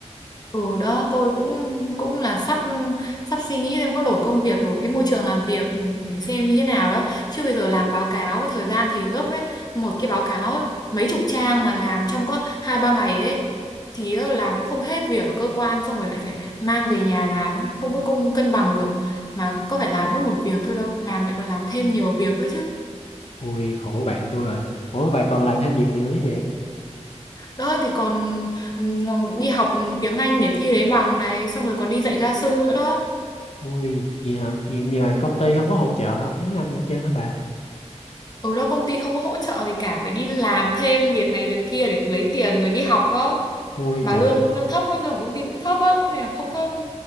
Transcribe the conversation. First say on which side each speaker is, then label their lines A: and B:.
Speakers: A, on the left; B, on the left.
A: Ừ đó tôi cũng cũng là sắp sắp suy nghĩ xem có đổi công việc đổi cái môi trường làm việc ừ, để xem như thế nào đó chứ bây giờ làm báo cáo thời gian thì gấp ấy một cái báo cáo ấy, mấy chục trang mà làm trong có hai ba ngày ấy thì ờ, làm cũng không hết việc ở cơ quan xong rồi lại phải mang về nhà làm ấy không có công cân bằng được mà có phải làm mỗi một việc thôi đâu làm lại còn làm thêm nhiều việc nữa chứ
B: ui khổ bạn tôi rồi ủa bà còn làm thêm việc nữa như vậy
A: đó thì còn ừ, đi học ừ, tiếng Anh để thi lấy bằng này xong rồi còn đi dạy gia sư nữa đó
B: Ui, vậy hả? Vậy nhưng mà công ty không có hỗ trợ học tiếng Anh gì hết trơn hả bà?
A: ở đó công ty không có hỗ trợ gì cả phải đi làm thêm việc này việc kia để lấy tiền rồi đi học đó
B: Ui
A: mà
B: trời,
A: lương lương thấp á lương của công ty cũng thấp á nên là không có